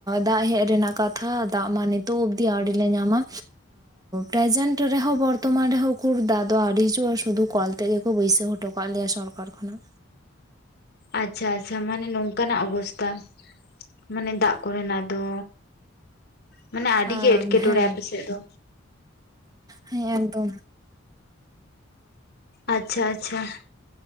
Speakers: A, on the right; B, on the left.
A: ᱫᱟᱜ ᱦᱮᱡ ᱨᱮᱱᱟᱜ ᱠᱟᱛᱷᱟ ᱫᱟᱜ ᱢᱟ ᱱᱤᱛ‌ ᱼᱼ ᱛᱚᱵ ᱚᱵᱫᱤ ᱟᱣᱲᱰᱤ ᱞᱮ ᱧᱟᱢᱟ ᱯᱡᱮᱱᱴ ᱨᱮᱦᱚᱸ ᱵᱚᱨᱛᱚᱢᱟᱱ ᱨᱮᱦᱚᱸ ᱩᱠᱩᱨ ᱫᱟᱜ ᱫᱚ ᱟᱣᱨᱮ ᱦᱤᱡᱩᱜᱼᱟ ᱥᱩᱫᱷᱩ ᱠᱚᱞ ᱛᱮᱜᱮ ᱠᱚ ᱵᱟᱹᱭᱥᱟᱹᱣ ᱦᱚᱴᱚ ᱠᱟᱜ ᱞᱮᱭᱟ ᱥᱚᱨᱠᱟᱨ ᱠᱷᱚᱱᱟᱜ᱾
B: ᱟᱪᱪᱷᱟ ᱟᱪᱪᱷᱟ, ᱢᱟᱱᱮ ᱱᱚᱝᱠᱟᱱᱟᱜ ᱚᱵᱚᱥᱛᱟ᱾ ᱢᱟᱱᱮ ᱫᱟᱜ ᱠᱚᱨᱮᱱᱟᱜ ᱫᱚ ᱢᱟᱱᱮ ᱟᱹᱰᱤ
A: ᱟᱢ
B: ᱜᱮ ᱮᱴᱠᱮᱴᱚᱬᱮ
A: ᱦᱮᱸ
B: ᱟᱯᱮᱥᱮᱫ ᱫᱚ,
A: ᱦᱮᱸ ᱮᱠᱫᱚᱢ᱾
B: ᱟᱪᱪᱷᱟ ᱟᱪᱪᱷᱟ